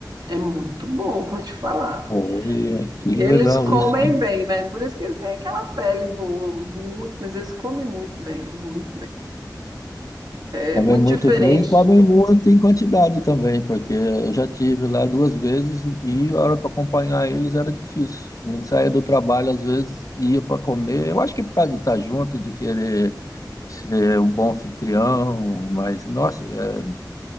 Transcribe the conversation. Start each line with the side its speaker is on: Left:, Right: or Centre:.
Right: É muito bom, vou te falar.
Left: Olha que
Right: Eles
Left: legal
Right: comem
Left: isso,
Right: bem, né? Por isso que eles têm aquela pele boa, muito, mas eles comem muito bem, muito, é
Left: Comem
Right: muito
Left: muito
Right: diferente.
Left: bem e comem muito em quantidade também, porque eu já tive lá duas vezes e a hora para acompanhar eles era difícil. A gente saía do trabalho às vezes e ia para comer. Eu acho que por causa de estar junto, de querer ser um bom anfitrião, mas nossa, é-